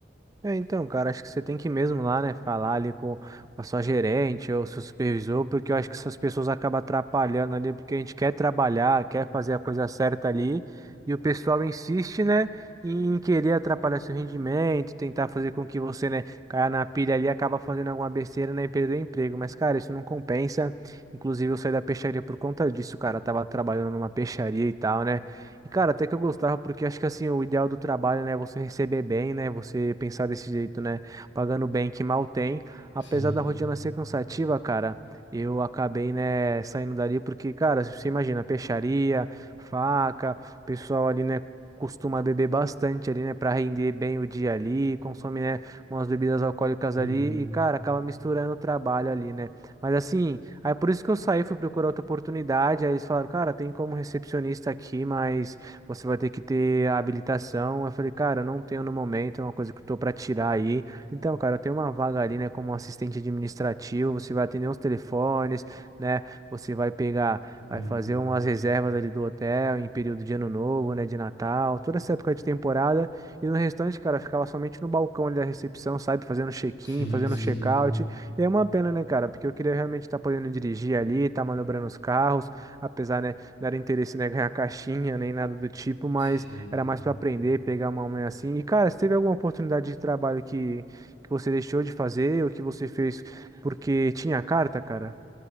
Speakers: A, on the right; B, on the left.
A: É, então, cara, acho que você tem que ir mesmo lá, né, falar ali com, com a sua gerente ou seu supervisor, porque eu acho que essas pessoas acabam atrapalhando ali, porque a gente quer trabalhar, quer fazer a coisa certa ali, e o pessoal insiste, né, em querer atrapalhar seu rendimento, tentar fazer com que você, né, caia na pilha ali, acaba fazendo alguma besteira, né, e perder o emprego. Mas, cara, isso não compensa. Inclusive, eu saí da peixaria por conta disso, cara. Eu tava trabalhando numa peixaria e tal, né? E, cara, até que eu gostava, porque acho que assim, o ideal do trabalho, né, é você receber bem, né, você pensar desse jeito, né, pagando bem que mal tem. Apesar
B: Sim,
A: da rotina ser cansativa, cara, eu acabei, né, saindo dali porque, cara, você imagina, peixaria, faca, o pessoal ali, né, costuma beber bastante ali, né, para render bem o dia ali, consome, né, umas bebidas alcoólicas
B: sim,
A: ali e, cara, acaba misturando o trabalho ali, né. Mas assim. Aí por isso que eu saí, fui procurar outra oportunidade. Aí eles falaram, cara, tem como recepcionista aqui, mas você vai ter que ter a habilitação. Eu falei, cara, não tenho no momento, é uma coisa que eu tô pra tirar aí. Então, cara, tem uma vaga ali, né, como assistente administrativo, você vai atender os telefones, né? Você vai pegar,
B: sim,
A: vai fazer umas reservas ali do hotel em período de ano novo, né, de Natal, toda essa época de temporada. E no restante, cara, eu ficava somente no balcão ali da recepção, sabe, fazendo check-in,
B: sim,
A: fazendo
B: sim.
A: check-out. E é uma pena, né, cara? Porque eu queria realmente estar podendo dirigir ali, estar manobrando os carros, apesar, né, não era interesse, né, ganhar caixinha nem nada do tipo, mas
B: sim.
A: era mais para aprender, pegar uma mãe assim. E, cara, se teve alguma oportunidade de trabalho que, que você deixou de fazer ou que você fez porque tinha carta, cara?